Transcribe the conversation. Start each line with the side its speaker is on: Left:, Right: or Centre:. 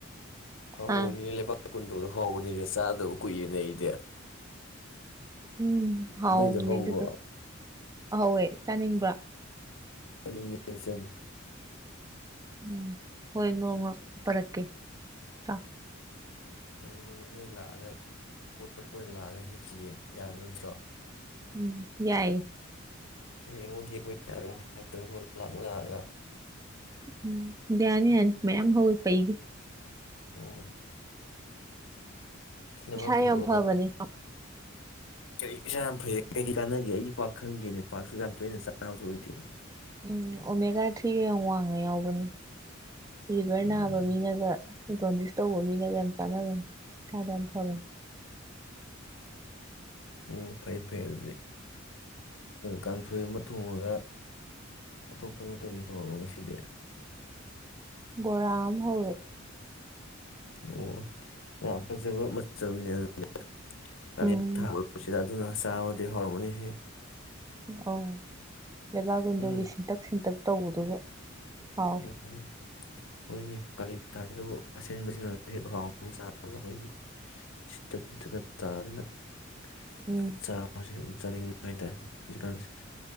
Left: ꯍ
Right: ꯑꯥ
Left: ꯎꯅ ꯂꯩꯕꯥꯛ ꯆ ꯀꯨꯟꯗꯣꯗ ꯍꯧꯕꯅꯤꯅꯦ ꯆꯥꯗꯕ ꯀꯨꯏꯅꯦ ꯑꯩꯗꯤ
Right: ꯎꯝ ꯍꯥꯎꯕꯅꯦ
Left: ꯅꯣꯏꯗ ꯍꯧꯕ꯭ꯔꯣ
Right: ꯑꯗꯨꯗꯣꯍꯥꯎꯋꯦ ꯆꯥꯅꯤꯡꯕ꯭ꯔꯥ
Left: ꯅꯤꯡꯉꯁꯟ
Right: ꯎꯝ ꯍꯣꯏ ꯅꯣꯡꯃ ꯄꯔꯛꯀꯦ ꯆ
Left: ꯑꯩ ꯅꯣꯡꯉꯣꯟ ꯅꯣꯏ ꯂꯥꯛꯑꯒ ꯀꯣꯏ ꯀꯣꯏꯅ ꯂꯥꯛꯑꯒ ꯍꯦꯛꯈꯤꯒꯦ ꯌꯥꯕ ꯅꯠꯇ꯭ꯔꯣ
Right: ꯎꯝ ꯌꯥꯏꯌꯦ
Left: ꯍꯌꯦꯡꯉꯨꯛ ꯍꯦꯛꯄ ꯌꯥꯔꯣ ꯍꯥꯏꯗꯅꯣ ꯂꯥꯛ ꯂꯥꯛꯑꯒ
Right: ꯎꯝ ꯌꯥꯅꯤ ꯌꯥꯅꯤ ꯃꯌꯥꯝ ꯍꯧꯋꯏ ꯄꯩꯒꯦ
Left: ꯎꯝ ꯅꯩꯕꯥꯛ
Right: ꯏꯁꯥ
Left: ꯀꯨꯟꯗꯣꯈꯛ
Right: ꯌꯥꯝ ꯐꯕꯅꯦ
Left: ꯀꯔꯤ ꯏꯁꯥ ꯌꯥꯝ ꯐꯩ ꯀꯩ ꯀꯥꯟꯅꯒꯦ ꯑꯩꯗꯤ ꯄꯥꯛ ꯈꯪꯒꯦꯅꯦ ꯄꯥꯛꯁꯨ ꯌꯥꯝ ꯇꯣꯏꯅ ꯆꯥꯅꯕꯕꯁꯨ ꯑꯣꯏꯗꯦ
Right: ꯎꯝ ꯑꯣꯃꯦꯒꯥ ꯊ꯭ꯔꯤꯒ ꯌꯥꯝ ꯋꯥꯡꯅ ꯌꯥꯎꯕꯅꯤ ꯂꯤꯚꯔ
Left: ꯎꯝ
Right: ꯅꯥꯕ ꯃꯤꯅꯒ ꯖꯣꯟꯗꯤꯁ ꯇꯧꯕ ꯃꯤꯅꯒ ꯌꯥꯝ ꯆꯥꯟꯅꯕꯅꯤ ꯏꯁꯔꯗ ꯌꯥꯝ ꯐꯕꯅꯤ
Left: ꯎꯝ ꯐꯩ ꯐꯩ ꯑꯗꯨꯗꯤ ꯀꯥꯡꯁꯣꯏ ꯑꯃ ꯊꯣꯡꯉꯒ ꯑꯇꯣꯞꯄꯗ ꯀꯔꯤ ꯇꯧꯔꯕ ꯉꯁꯤꯗꯤ
Right: ꯕꯣꯔ ꯑꯃ ꯍꯧꯔꯦ
Left: ꯑꯣ ꯌꯥꯝ ꯐꯖꯕ ꯃꯆꯜꯅꯦ ꯑꯗꯨꯗꯤ
Right: ꯎꯝ
Left: ꯊꯕꯁꯤꯗ ꯑꯗꯨꯅ ꯆꯥꯕꯗꯤ ꯍꯧꯔꯝꯒꯅꯤꯍꯦ
Right: ꯑ ꯂꯩꯕꯥꯛꯀꯨꯟꯗꯣꯒꯤ
Left: ꯎꯝ
Right: ꯁꯤꯟꯇꯛ ꯁꯤꯟꯇꯛ ꯇꯧꯕꯗꯨꯒ ꯍꯥꯎ
Left: ꯎꯝ ꯍꯈꯣꯏꯅꯦ ꯀꯥꯂꯦꯜ ꯊꯥꯁꯤꯗꯕꯨ ꯑꯁꯤꯟꯕꯖꯤꯅ <unintelligible> <unintelligible>
Right: ꯎꯝ
Left: <unintelligible> ꯍꯥꯏꯇꯥꯔꯦ ꯍꯧꯖꯤꯛꯀꯥꯟꯁꯤ